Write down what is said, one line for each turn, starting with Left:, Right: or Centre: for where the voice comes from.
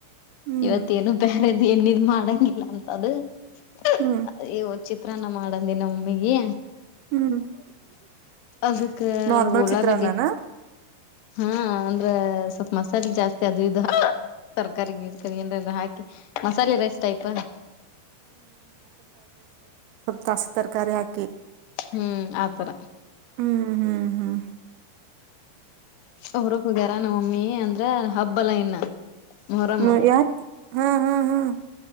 Right: ಹ್ಮ್
Left: ಇವತ್ತೇನು ಬ್ಯಾರೆ ಏಣ್ಣೀದ್ ಮಾಡಂಗಿಲ್ಲ ಅಂತ ಅದು <unintelligible>
Right: ಹ್ಮ್
Left: ಚಿತ್ರಾನ್ನ ಮಾಡಂದೇ ನಾ ಮಮ್ಮಿಗೆ
Right: ಹ್ಮ್ ಮಾಡ್
Left: ಅದಕ್ಕ
Right: ನಾರ್ಮಲ್
Left: ಉಳ್ಳಾಗಡ್ಡಿ
Right: ಚಿತ್ರನ್ನಾನ
Left: ಹಾ ಅಂದ್ರ ಸ್ವಲ್ಪ ಮಸಾಲಿ ಜಾಸ್ತಿ ಅದು ಇದು ತರಕಾರಿ ರ್ಗಿಕಾರಿ ಏನ್ರಲ್ಲ ಹಾಕಿ ಮಸಾಲಿ ರೈಸ್ ಟೈಪ್.
Right: ದಸ್ ತರಕಾರಿ ಹಾಕಿ.
Left: ಹ್ಮ್ ಆತರ
Right: ಹ್ಮ್ ಹ್ಮ್ ಹ್ಮ್
Left: ಒಬ್ಬ್ರೊಬ್ಬಗಾರ ನಮ್ಮಮ್ಮಿ. ಅಂದ್ರ ಹಬ್ಬಲ್ಲ ಇನ್ನ. ಮೊಹರಂ
Right: ಹ್ಮ ಯಾರ್ದ ಹಾ. ಹಾ ಹಾ